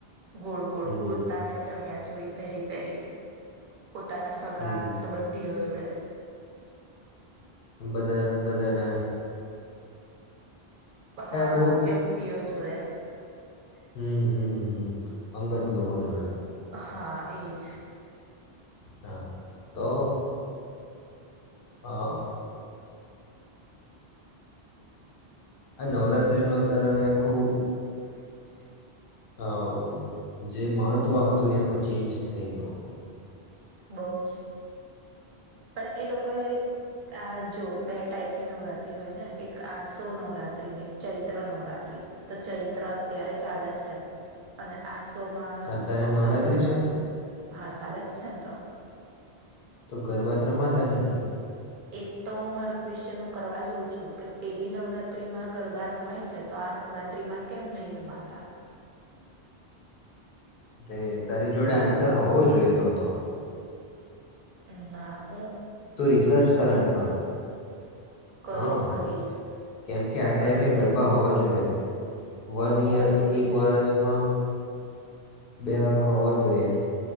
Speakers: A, on the right; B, on the left.
A: ગોળ ગોળ
B: હમ
A: કુર્તા ને ચણ્યા જોડી પહેરી પહેરી ન પોતાના સગા
B: હમ
A: સંબંધીઓ જોડે
B: બદ બદન
A: હા
B: બહુ
A: વ્યક્તિઓ જોયે
B: હમમ હમમ હમમ અંગત લોકો જોડે
A: હા એ જ
B: હા તો હા આ નવરાત્રી નો અતર હવે આખું
A: <inaudible>
B: હવ જે મહત્વ હતું એ આખું ચેન્જ થઈ ગયું.
A: બઉ જ પણ એ લોકો એ આ જો બે ટાઈપની નવરાત્રી હોય ને એક આસો નવરાત્રી ને એક ચૈત્ર નવરાત્રી તો ચૈત્ર અત્યારે ચાલે છે અને આસો સોમાં
B: અત્યારે
A: ઓક્ટોમ્બર
B: નવરાત્રિ
A: માં
B: છે
A: હા ચાલે જ છે ન તો.
B: તો ગરબા ત રમાતા નહીં.
A: એ જ તો મારો ક્વેશ્ચન હું કરવા જાઉં છું કે પેલી નવરાત્રીમાં ગરબા રમાય છે તો આ નવરાત્રીમાં કેમ નહી રમાતા.
B: રે તારી જોડે આન્સર હોવો જોઈએ તો તો
A: અમમ માં
B: તો રિસર્ચ કર આન પર
A: કરીશ
B: હા
A: કરીશ
B: કેમ કે આ ટાઈમે
A: કરીશ
B: ગરબા
A: એક દિવસ
B: હોવા જોઈએ
A: તો
B: વન
A: હોવા
B: યર
A: જોઈએ
B: એક
A: ને
B: વરષમાં બે વાર હોવા જોઈએ.